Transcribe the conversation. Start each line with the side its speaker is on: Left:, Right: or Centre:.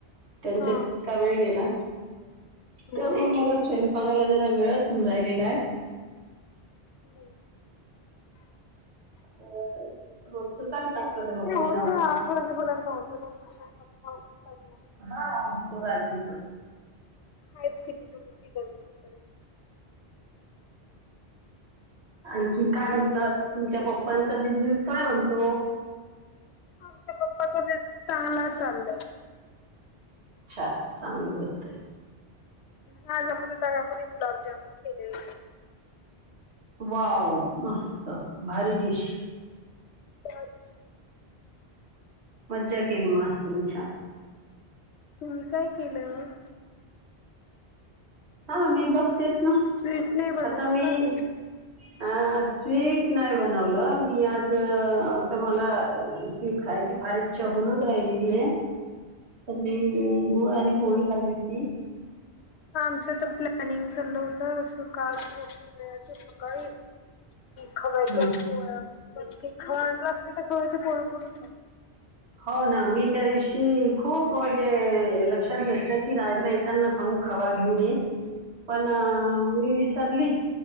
Right: त्यांच्यात,
Left: हा.
Right: इतका वेळ गेला.
Left: नाही
Right: तर मग मला स्वयं पाला जरा, वेळच होऊन राहिलेला आहे.
Left: ह्म.
Right: <unintelligible>
Left: होत <unintelligible> <unintelligible> कुठं टाइम लागतो
Right: हा हा सोरली.
Left: हाच किती तुम्ही ती गज मग त रे.
Right: आणखी काय म्हणतात तुमच्या पप्पांचा बिझनेस काय म्हणतो.
Left: आमच्या पप्पाचा बिझनेस चांगला चाललाय.
Right: छान चांगली गोष्ट आहे.
Left: हा जमलं तर आपण गुलाबजामन केलेले.
Right: वाव मस्त भारी डिश
Left: ढग.
Right: मज्जा केली मस्त तुम्ही छान.
Left: तुम्ही काय केलं मग
Right: हा मी बसतेच. ना
Left: स्वीट नाही बनवलं
Right: आता मी
Left: का काही
Right: अ स्वीट नाही बनवलं मी आज तर मला स्वीट खायची. हा इच्छा हुन राहिलेली आहे तर
Left: हम्म.
Right: मी गुळ आणि पोळी खाल्ली की
Left: <unintelligible> आमचं तर प्लॅनिंग चाललं होत असं काल रोशयचं सकाळी. खवयच्या
Right: हा
Left: पोळ्या पण खव आणलाच नाही तर खवयच्या पोळ्या कडून
Right: हो ना मी त्या दिवशी खूप म्हणजे लक्षात घेतलं की राजला येताना सांगू खवा घेऊन ये. पण मी विसारली